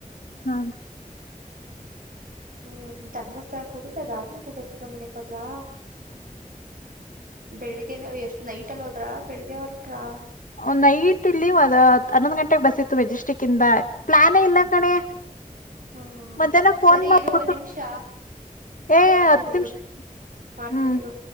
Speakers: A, on the left; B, on the right.
A: ಹ್ಮರೀ.
B: <unintelligible> ರೀ ಧರ್ಸ್ಥಳಕ್ಕೆ ಹೋಗಿದ್ದ ಅದ ಆದ್ಮೇಲೆಠ ಸುಬ್ರಹ್ಮಣ್ಯಕ್ಕೆ ಹೊ ತ್ರಾ ಬೆಳಿಗ್ಗೆ ಎಷ್ಟ್ ನೈಟ್ ಅಲ್ಲಿ ಹೋದ್ರಾ ಬೆಳಿಗ್ಗೆ ಹೊರಟ್ರಾ.
A: ಒನ್ ನೈಟ್ ಇಲ್ಲಿ ಒಂದ್ ಹನ್ನೊಂದ್ ಗಂಟೆಗೆ ಬಸ್ ಹತ್ಬೇಕ್ ಮೆಜೆಸ್ಟಿಕ್ ಇಂದ ಪ್ಲಾನೆ ಇಲ್ಲ ಕಣೆ.
B: ಹಾಂ
A: ಮಧ್ಯಾಹ್ನ ಫೋನ್
B: ಸರಿ
A: ಮಾಡ್ಬಿಟ್ಟು.
B: ಇರು ಒಂದು ನಿಮಿಷ
A: ಏ
B: ಮಾಡ್ತೀನಿ
A: ಹತ್ ನಿಮಿಷ
B: ಇರು ಮಾಡ್ತೀನಿ
A: ಹ್ಮ್.
B: ಇರು